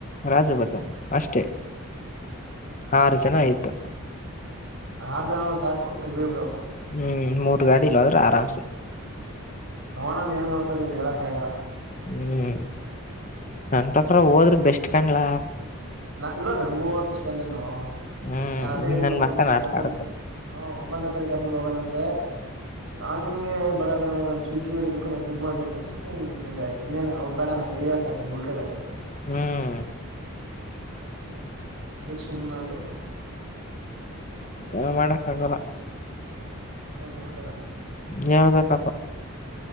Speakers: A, on the left; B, on the right.
A: ರಾಜಭದ ಅಷ್ಟೇ ಆರು ಜನ ಆಯ್ತು
B: ಆರು ಜನನ ಸಾಕು ಇ ಇಬ್ರು
A: ಹ್ಮ್ ಮೂರ್ ಗಾಡಿ ಇಲ್ಲದ್ರೆ ಆರಾಮ್ಸೆ
B: ನೋಡಂದ ಏನ್ ಮಾಡ್ತಾರ ಇವ್ರು ಹೇಳಕ್ ಆಗಲ್ಲ
A: ಹ್ಮ್ ನನ್ಪಕ್ಕ ಹೋದ್ರೆ ಬೆಸ್ಟ್ ಕಾಣ್ಲ
B: ನಲ್ಲ ನನ್ಗೂ ಹೋಗಕ ಇಷ್ಟಾನೇನು
A: ಹ್ಮ್
B: ನಾ ಅದೇ ಹೇಳಿದ್ದು
A: ನನ್
B: ಒಂಬನೇ
A: ಮಕ್ಕ
B: ತಾರೀಕ
A: ನಾಟಕ
B: ಆದ್ಮೇಲೆ
A: ಆಡತ
B: ಹ ಒಂಬತ್ತನೇ ತಾರೀಕ ಆದ್ಮೇಲೆ ಹೋಗಣ ಅಂದ್ರೆ ಹಂಗೆ ಬರದ ನ ಸ್ವಿಗ್ಗಿ ಹಡಿಬೇಕು ನನ್ ದುಡ್ಡು ಮಾಡ್ಬೇಕು ಅಂತ ನೀನ್ ಸರಿಯ್ತು ನೀನ್ ಅವ್ ಬೇಡ ಕ ಹೇಳಳತದ ಉಲ್ಟ ಎಡ
A: ಹ್ಮ್
B: ಅದಕ್ ಅದಕ್ ಸುಮ್ಮನೆ ಅದ
A: ಹಾ ಮಾಡಕ್ ಆಗಲ್ಲ
B: ಸಮಾಚಾರಾ
A: ಯಳ್ಬೇಕಪ್ಪ